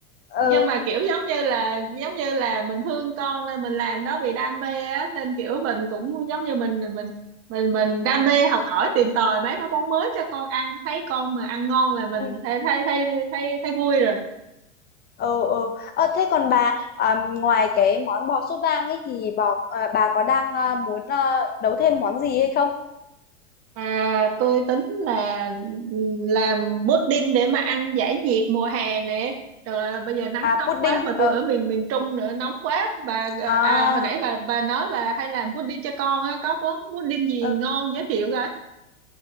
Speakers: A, on the left (about 25°); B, on the right (about 35°).
A: ừ
B: nhưng mà kiểu giống như là giống như là mình thương con nên mình làm đó vì đam mê á nên kiểu mình cũng giống như mình mình mình mình đam mê học hỏi tìm tòi mấy cái món mới cho con ăn thấy con mà ăn ngon là mình
A: <laughs>
B: thấy thấy thấy thấy, thấy vui rồi
A: ừ ừ ờ, thế còn bà à, ngoài cái món bò sốt vang ấy thì bò à, bà có đang à, muốn à, nấu thêm món gì hay không
B: À, tôi tính là ừ, làm pudding để mà ăn giải nhiệt mùa hè nè. Trời ơi, bây giờ nắng
A: à
B: nóng
A: pudding
B: quá mà tôi
A: ờ
B: ở miền miền Trung nữa nóng quá. Bà à
A: à,
B: à, hồi nãy bà bà nói bà hay làm pudding cho con á, có món pudding gì
A: ờ.
B: ngon giới thiệu coi.